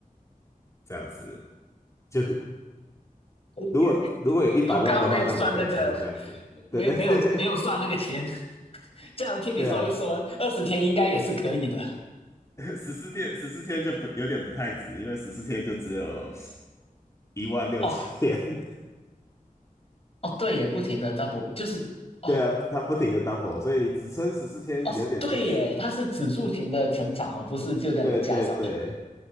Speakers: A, on the left; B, on the left.
A: 这样子。就
B: 我我我刚刚没有算那个，
A: 如果如果有一百万的话，那我可以存这样子。
B: 没有没有没有算那个钱，
A: 对对 <laughs>
B: 这样听你说一说，
A: 对啊，
B: 二十天应该也是可以的。
A: 十四天，十四天就不有点不太值，因为十四天就只有十一万六千，
B: 哦哦，对耶，不停的 double 就是哦
A: <laughs> 对啊，它不停的 double，所以你只撑十四天有点不值。
B: 哦对耶，它是指数型的成长哦，不是就这样子加上去。
A: 对对对